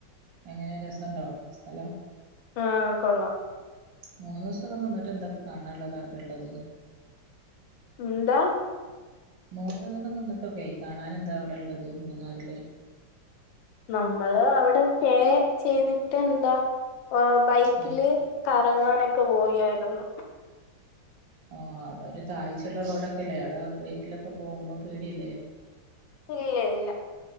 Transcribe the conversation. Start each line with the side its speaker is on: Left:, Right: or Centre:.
Right: എങ്ങനെ രസോണ്ടോ സ്ഥലം
Left: ആഹ് കൊള്ളാം
Right: മൂന്ന് ദിവസൊക്കെ നിന്നിട്ട് എന്താപ്പൊ കാണാനുള്ളത് അവിടെ ഉള്ളത്
Left: എന്താ
Right: മൂന്ന് ദിവസം നിന്നിട്ടൊക്കെ കാണാൻ എന്താ അവിടെ ഉള്ളത് മൂന്നാറില്
Left: നമ്മള് അവിടെ സ്റ്റേ ചെയ്തിട്ട് എന്താ ബൈക്കില്.
Right: ആ
Left: കറങ്ങാനൊക്കെ പോയാരുന്നു
Right: ആഹ് അവിടെ ഒരു താഴ്ചയുള്ള റോഡൊക്കെ ഇല്ലേ അവിടെ ബൈക്കിലൊക്കെ പോകുമ്പോ പേടിയല്ലേ
Left: ഏഹ് ഇല്ല